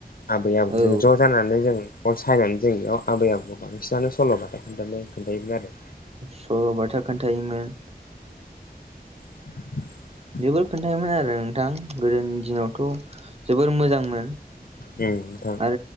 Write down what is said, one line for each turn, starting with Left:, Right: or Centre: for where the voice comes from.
Left: आबै-आबौजों
Right: औ
Left: ज' जानानै जों अर सायनानि जिरायनायाव आबै-आबौआव बांसिनानो सल' बाथा खोन्थानो खोन्थायोमोन आरो।
Right: सल' बाथा खोन्थायोमोन।
Left: <inaudible> <inaudible>
Right: जोबोर खोन्थायोमोन आरो नोंथां गोदोनि दिनावथ' जोबोर मोजांमोन।
Left: उम नों
Right: ओ